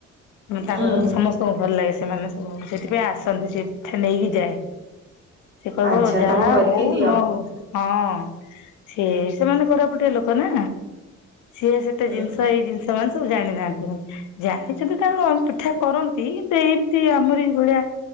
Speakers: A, on the left (about 80°); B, on the right (about 35°).
A: ତାଙ୍କ
B: ହୁଁ
A: ଘରକୁ ସମସ୍ତ ଙ୍କୁ ଭଲ ଲାଗେ ସେମାନେ ସବୁ ସେଥିପାଇଁ ଆସନ୍ତି ସେ ପିଠା ନେଇକି ଯାଏ। ସେ କହିବ
B: ଆଚ୍ଛା
A: ଯାହା
B: ତମେ କରିକି
A: ହଉ
B: ଦିଅ।
A: ନ ହଉ ହଁ ସିଏ ସେମାନେ କୋରାପୁଟିଆ ଲୋକ ନା ସିଏ ସେତେ
B: ହୁଁ
A: ଜିନିଷ ଏଇ ଜିନିଷ ମାନେ ସବୁ ଜାଣିନାହାନ୍ତି। ଜାଣିଛନ୍ତି ତାଙ୍କ ପିଠା କରନ୍ତି କିନ୍ତୁ ଏମିତି ଆମର ଏଇ ଭଳିଆ